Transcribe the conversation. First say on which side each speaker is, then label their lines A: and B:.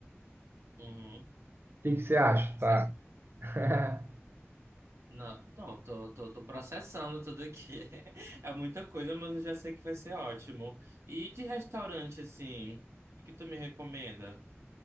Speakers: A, on the right (about 75°); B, on the right (about 55°).
A: uhum.
B: O que que você acha? Tá.
A: Sa-
B: <laughs>
A: Não, não, tô, tô, tô processando tudo aqui. <laughs> É muita coisa, mas eu já sei que vai ser ótimo. E de restaurante, assim, o que tu me recomenda?